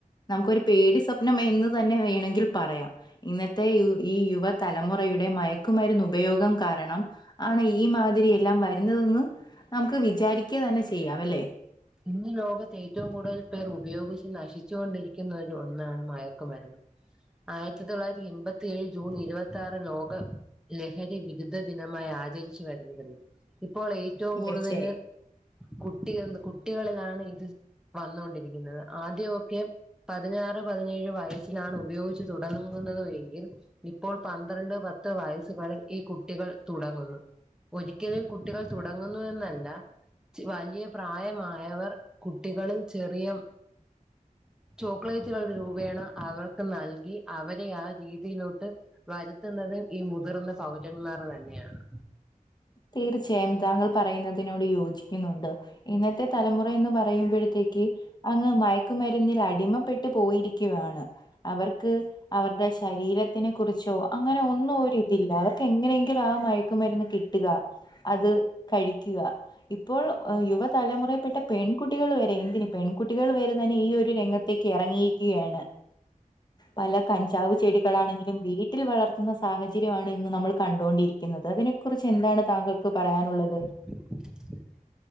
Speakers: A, on the left; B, in the centre.
A: നമുക്കൊരു പേടി സ്വപ്നം എന്ന് തന്നെ വേണങ്കിൽ പറയാം. ഇന്നത്തെ യു ഈ യുവ തലമുറയുടെ മയക്കുമരുന്ന് ഉപയോഗം കാരണം ആണ് ഈ മാതിരി എല്ലാം വരുന്നതെന്ന് നമുക്ക് വിചാരിക്ക തന്നെ ചെയ്യാ വല്ലേ?
B: ഇന്ന് ലോകത്ത് ഏറ്റവും കൂടുതൽ പേർ ഉപയോഗിച്ച് നശിച്ചു കൊണ്ടിരിക്കുന്ന ഒരു ഒന്നാണ് മയക്കുമരുന്ന്. ആയിരത്തി തൊള്ളായിരത്തി എൺപത്തി ഏഴ് ജൂൺ ഇരുപത്തി ആറ് ലോകം ലഹരി വിരുദ്ധ ദിനമായി ആചരിച്ചു വരുന്നതല്ലേ- ഇപ്പോൾ ഏറ്റവും
A: തീർച്ചയായും.
B: കൂടുതല് കുട്ടി കുട്ടികളിലാണ് ഇത് വന്നൊണ്ടിരിക്കുന്നത് ആദ്യൊക്കെ പതിനാറ് പതിനേഴ് വയസ്സിലാണ് ഉപയോഗിച്ച് തുടങ്ങുന്നതു എങ്കിൽ ഇപ്പോൾ പന്ത്രണ്ട് പത്ത് വയസ്സുകളിൽ ഈ കുട്ടികൾ തുടങ്ങുന്നു. ഒരിക്കൽ ഈ കുട്ടികൾ തുടങ്ങുന്നു എന്നല്ല ചി വലിയ പ്രായമാ യവർ കുട്ടികളിൽ ചെറിയം ചോക്ലേറ്റ് കളറ് രൂപയാണ് അവർക്ക് നൽകി അവരെ ആഹ് രീതിയിലോട്ട് വരുത്തുന്നുന്നത് ഈ മുതിർന്ന പൗരന്മാർ തന്നെയാണ്.
A: തീർച്ചയായും താങ്കൾ പറയുന്നതിനോട് യോജിക്കുന്നുണ്ട് ഇന്നത്തെ തലമുറ എന്ന് പറ പറയുമ്പോഴത്തേക്ക് അങ്ങ് മയക്കുമരുന്നിൽ അടിമപ്പെട്ടു പോയിരിക്കുവാണ്. അവർക്ക് അവരുടെ ശരീരത്തിനെ കുറിച്ചോ അങ്ങനെ ഒന്നും ഒരുരിതില്ല അവർക്ക് എങ്ങനെയെങ്കിലും ആഹ് മയക്കുമരുന്ന് കി ട്ട്ക്കാ അത് കഴിക്കുക. ഇപ്പോൾ യുവതലമുറയിൽപ്പെട്ട പെൺകുട്ടികൾ വരെ എന്തിന് പെൺകുട്ടികൾ വേരെ തന്നെ ഈ ഒരു രംഗത്തേക്ക് എറങ്ങിയിരിക്കുകയാണ്. പല കഞ്ചാവ് ചെടികളാണെങ്കിലും വീട്ടിൽ വളർത്തുന്ന സാഹചര്യമാണ് ഇന്ന് നമ്മൾ കണ്ടൊണ്ടിരിക്കുന്നത് അതിനെക്കുറിച്ച് ച്ച് എന്താണ് താങ്കൾക്ക് പറയാനുള്ളത്?
B: <inaudible>